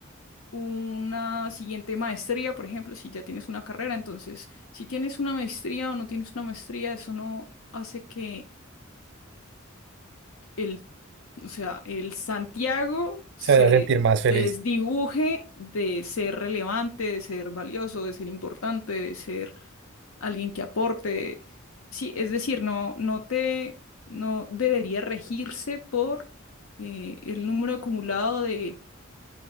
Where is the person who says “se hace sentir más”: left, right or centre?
Right